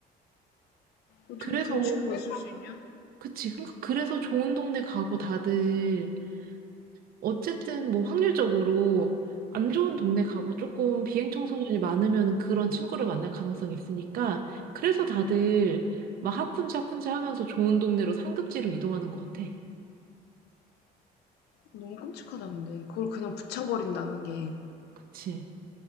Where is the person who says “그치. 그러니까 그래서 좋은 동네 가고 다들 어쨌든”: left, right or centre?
Right